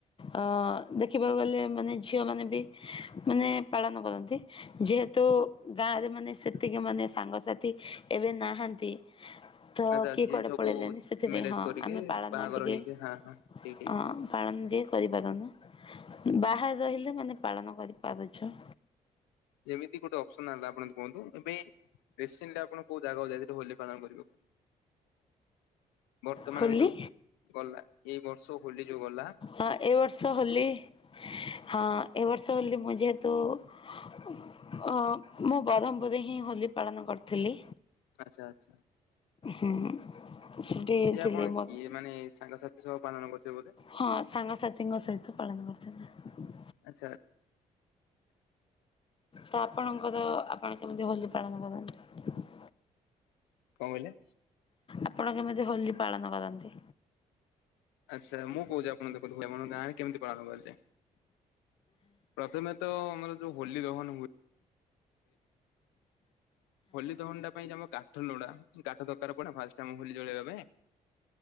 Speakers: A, on the left (about 30°); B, on the left (about 75°).
A: ଅ -ଦେଖିବାକୁ ଗଲେ ମାନେ ଝିଅ ମାନେ ବି ମାନେ ପାଳନ କରନ୍ତି ଯେହେତୁ ଗାଁରେ ମାନେ ସେତିକି ମାନେ ସାଙ୍ଗସାଥି ଏବେ ନାହାନ୍ତି ତ
B: ଆଚ୍ଛା
A: କିଏ
B: ଯିଏ
A: କୁଆଡେ
B: ସବୁ
A: ପଳେଇଲେନି ସେଥିପାଇଁ
B: ମ୍ୟାରେଜ
A: ହଁ-
B: କରିକି
A: ଆମେ ପାଳନ
B: ବାହାଘର
A: ଟିକେ
B: ହେଇକି
A: ଅ
B: ହଁ ହଁ ଠିକ
A: ଅଁ -ପାଳନ ଟିକେ କରିପାରୁନୁ
B: ହୁଁ
A: ବାହାରେ ରହିଲେ ମାନେ ପାଳନ କରିପାରୁଚୁ।
B: ଯେମିତି ଗୋଟେ ଅପ୍ସନ୍ ହେଲା ଆପଣ ମାନେ କୁହନ୍ତୁ ଏବେ ରିସିଣ୍ଟି୍ଲ୍ ଆପଣ କୋଉ ଜାଗାକୁ ଯାଇଥିଲେ ହୋଲି ପାଳନ କରିବାକୁ? ବର୍ତ୍ତମାନ
A: ହୋଲି
B: ଏବେ ଯଉ ଗଲା ଏଇ ବର୍ଷ ହୋଲି ଯୋଉ ଗଲା
A: ହଁ ଏଇ ବର୍ଷ ହୋଲି ହଁ ଏ ବର୍ଷ ହୋଲି ମୁଁ ଯେହେତୁ ଅ -ମୁଁ ବ୍ରହ୍ମପୁର ହିଁ ହୋଲି ପାଳନ କରି ଥିଲି
B: ଆଚ୍ଛା ଆଚ୍ଛା
A: ହୁ ସେଠି ଥିଲି
B: ଆପଣ
A: ମ
B: କିଏ ମାନେ ସାଙ୍ଗସାଥି ସହ ପାଳନ କରିଥିବେ ବୋଧେ
A: ହଁ ସାଙ୍ଗସାଥିଙ୍କ ସହିତ ପାଳନ କରିଥିଲି।
B: ଆଚ୍ଛା।
A: ତ ଆପଣଙ୍କର ଆପଣ କେମିତି ହୋଲି ପାଳନ କରନ୍ତି?
B: କଣ କହିଲେ।
A: ଆପଣ କେମିତି ହୋଲି ପାଳନ କରନ୍ତି?
B: ଆଚ୍ଛା ମୁଁ କୋହୁଚି ଆପଣ ଦେଖନ୍ତୁ ହୁଏ ଆମର ଗାଁରେ କେମିତି ପାଳନ କରାଯାଏ। ପ୍ରଥମେ ତ ଆମର ଯୋଉ ହୋଲି ଦହନ ହୁଏ ହୋଲି ଦହନଟା ପାଇଁ ଯେ ଆମ କାଠ ଲୋଡା କାଠ ଦରକାର ପଡେ ଫାଷ୍ଟେ ଆମର ହୋଲି ଚଳେଇବା ପାଇଁ।